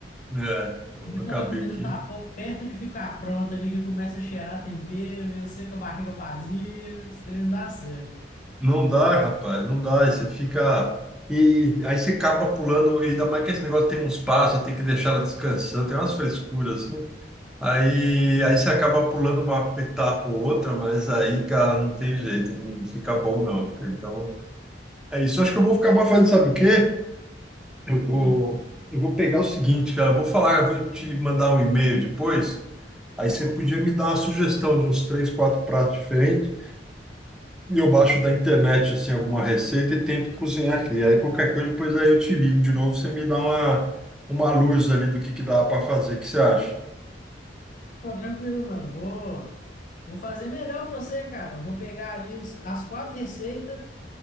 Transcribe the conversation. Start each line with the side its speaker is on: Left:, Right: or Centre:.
Centre: É, então,
Left: E
Centre: eu acabei
Left: Quando a comida
Centre: que
Left: tá po- perto de ficar pronta ali, que começa a cheirar tempero, e você com a barriga vazia, esse trem não dá certo.
Centre: Não dá, rapaz, não dá. Aí Você fica. E aí você acaba pulando, e ainda mais que esse negócio tem uns passos, tem que deixar ela descansando, tem umas frescuras assim. Aí,
Left: E,
Centre: aí você acaba pulando uma etapa ou outra, mas aí, cara, não tem jeito, não fica bom não. cara. Então, é isso. Eu acho que eu vou acabar fazendo, sabe o quê? Eu vou,
Left: hum,
Centre: eu vou pegar o seguinte, cara, eu vou falar, eu vou te mandar um e-mail depois. Aí você podia me dar uma sugestão de uns três, quatro pratos diferentes. E eu baixo da internet assim alguma receita e tento cozinhar aqui. Aí qualquer coisa depois aí eu te ligo de novo, você me dá uma uma luz ali do que que dá para fazer, o que você acha?
Left: pô, tranquilo, mano, vou, vou fazer melhor pra você, cara. Eu vou pegar ali os- as quatro receitas.